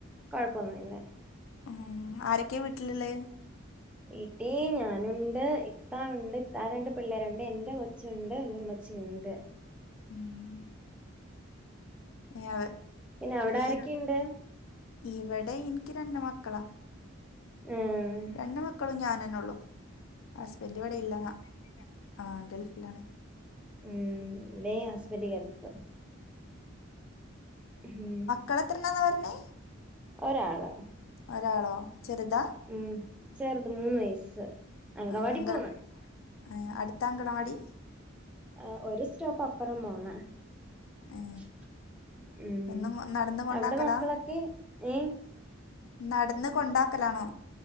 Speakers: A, in the centre; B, on the left.
A: കൊഴപ്പൊന്നുല്ല.
B: ആ ആരൊക്കെയാ വീട്ടില്ള്ളേ
A: വീട്ടീ ഞാനുണ്ട് ഇത്ത ഉണ്ട് ഇത്താ രണ്ട് പിള്ളേരുണ്ട് എന്റെ കൊ ച്ചുണ്ട് എന്റെ ഉമ്മച്ചിയുണ്ട്.
B: ഉം ഇ അവ
A: പിന്നെ അവിടെ
B: ഈ
A: ആരൊക്കെയുണ്ട്
B: ഇവിടെ എനിക്ക് രണ്ട് മക്കളാ
A: ഉം
B: രണ്ട് മക്കളും ഞാനന്നേ ഒള്ളൂ ഹസ്ബൻഡ് ഇവടെയില്ല ഞാ ആ ഗൾഫിലാണ്
A: ഉം ടേ ഹസ്ബെൻഡ് ഗൾഫ് ഹും.
B: കളത്തിര്ന്നാന്നാ
A: ഒരാള്.
B: ഒരാളോ ചെറുതാ.
A: ഉം ചെറുത് മൂന്ന് വയസ്സ്. അങ്കവാടി
B: ആ അങ്കര്
A: പോന്ന്
B: ഏ അടുത്താ അങ്കണവാടി.
A: ആ ഒരു സ്റ്റോപ്പ് അപ്പുറം പോണം
B: ഏ,
A: ഹ് ഉം
B: എന്നും കൊ- നടന്ന് കൊണ്ടാക്കലാ
A: അവിട മക്കളൊക്കെ ഏ
B: നടന്ന് കൊണ്ടാക്കലാണോ